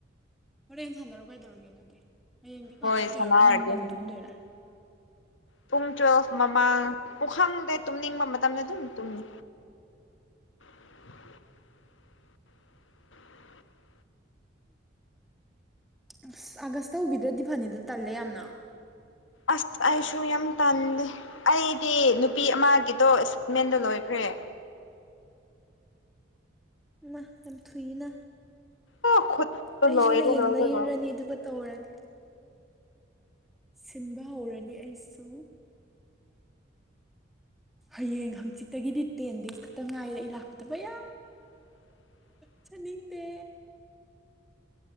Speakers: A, in the centre; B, on the left (about 80°).
A: ꯍꯣꯔꯦꯟ ꯁꯥꯟꯅꯔꯣ ꯀꯥꯏꯗꯧꯔꯒꯦ ꯑꯗꯨꯗꯤ ꯍꯌꯦꯡꯗꯤ ꯀ꯭ꯂꯥꯁ
B: ꯍꯣꯏ
A: ꯆꯠꯇꯧꯔ
B: ꯁꯥꯟꯅꯔꯒꯦ
A: ꯅꯣꯏ ꯅꯪ ꯉꯟ ꯇꯨꯝꯗꯣꯏꯔꯥ
B: ꯄꯨꯡ ꯇꯨꯋꯦꯜꯐ ꯃꯃꯥꯡ ꯄꯨꯈꯪꯗꯦ ꯇꯨꯝꯅꯤꯡꯕ ꯃꯇꯝꯗ ꯑꯗꯨꯝ ꯇꯨꯝꯅꯤ <inaudible>
A: ꯑꯁ ꯑꯥꯒꯁ ꯇꯧꯕꯤꯗ꯭ꯔꯗꯤ ꯐꯅꯤꯗ ꯇꯜꯂꯦ ꯌꯥꯝꯅ
B: ꯑꯁ ꯑꯩꯁꯨꯨ ꯌꯥꯝ ꯇꯥꯟꯂꯦ ꯑꯩꯗꯤ ꯅꯨꯄꯤ ꯑꯃꯒꯤꯗꯣ ꯑꯦꯁꯥꯏꯟꯃꯦꯟꯗꯣ ꯂꯣꯏꯈ꯭ꯔꯦ
A: ꯑ ꯌꯥꯝ ꯊꯨꯏꯅ
B: ꯑꯣ ꯈꯨꯠꯇꯣ
A: ꯑꯩꯁꯨ
B: ꯂꯣꯏꯔꯦ
A: ꯍꯌꯦꯡ
B: ꯂꯣꯏꯔꯦ
A: ꯂꯩꯔꯨꯔꯅꯤ
B: ꯂꯣꯏꯔꯦ
A: ꯑꯗꯨꯒ ꯇꯧꯔꯅꯤ ꯁꯤꯟꯕ ꯍꯧꯔꯅꯤ ꯑꯩꯁꯨ ꯍꯌꯦꯡ ꯍꯪꯆꯤꯠꯇꯒꯤꯗꯤ ꯇꯦꯟ ꯗꯦꯖ ꯈꯛꯇ ꯉꯥꯏꯔꯦ ꯑꯩ ꯂꯥꯛꯀꯗꯕ ꯌꯥ
B: <unintelligible>
A: ꯆꯥꯅꯤꯡꯗꯦ